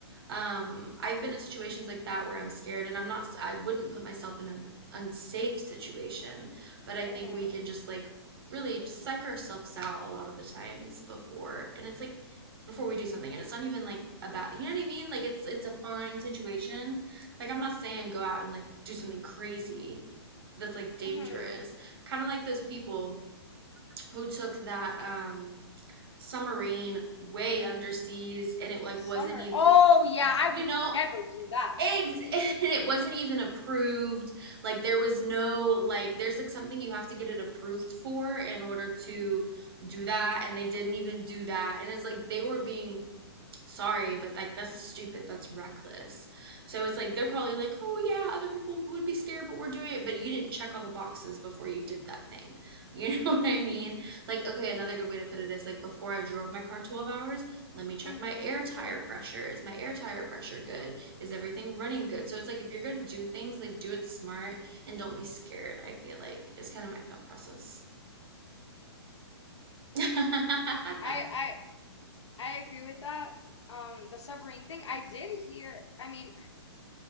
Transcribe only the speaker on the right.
um, I've been in situations like that where I'm scared, and I'm not. I wouldn't put myself in an unsafe situation, but I
think we can just like really psych ourselves out a lot of the times before, and it's like before we do something, and it's not even like about you know what I mean. Like it's it's a fine situation. Like I'm not saying go out and like do something crazy that's like dangerous.
Kind of like those people who took that um submarine way underseas and it like
wasn't even
you
know
eggs <laughs> and it wasn't even approved like there was no like there's like something you have to get it approved for in order to do that and they didn't even do that and it's like they were being sorry, but like that's stupid. That's reckless. So it's like they're probably like, oh yeah, other people would be scared, but we're doing it. But you didn't check all the boxes before you did that thing. <laughs> You know what I mean? Like, okay, another good way to put it is like before I drove my car 12 hours, let me check
my air tire pressure. Is my air tire pressure good? Is everything running good? So it's like if you're gonna do things, like do it smart and don't be scared. I feel like is kind of my thought process. <laughs>